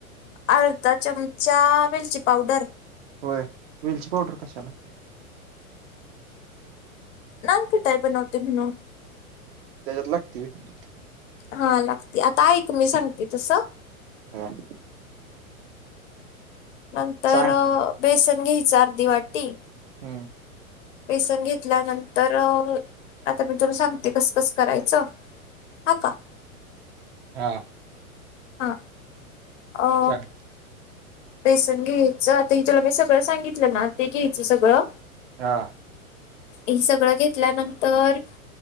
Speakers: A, on the left; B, on the right.
A: अर्धा चमचा वेलची पावडर.
B: होय, वेलची पावडर कशाला?
A: नानकटाई बनवते म्हणून.
B: त्याच्यात लागती व्हय?
A: हा लागती, आता आइक मी सांगते तसं.
B: हां.
A: नंतर
B: सांग
A: बेसन घ्यायचं अर्धी वाटी.
B: हम्म.
A: बेसन घेतल्यानंतर, आता मी तुला सांगते कस, कस करायचं. हा का?
B: हा.
A: हा अ
B: सांग.
A: बेसन घ्यायचं, आता हे तुला मी सगळं सांगितलं ना ते घ्यायचं सगळं
B: हा
A: ही सगळं घेतल्यानंतर